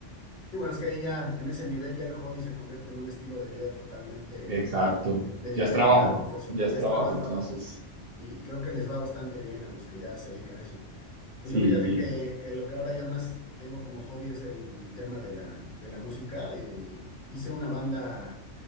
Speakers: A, on the left (about 50°); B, on the right (about 60°).
A: Sí, bueno, es que ahí ya en ese nivel ya el hobby se convierte en un estilo de vida totalmente
B: Exacto,
A: dedicado,
B: ya es trabajo,
A: ¿no? Profesional,
B: ya es
A: ya
B: trabajo,
A: es trabajo,
B: entonces.
A: ¿no? Y, y creo que les va bastante bien a los que ya se dedican a eso. Pues
B: Sí,
A: yo fíjate que, que lo que ahora ya más tengo como hobby es el, el tema de la, de la música. eh, hice una banda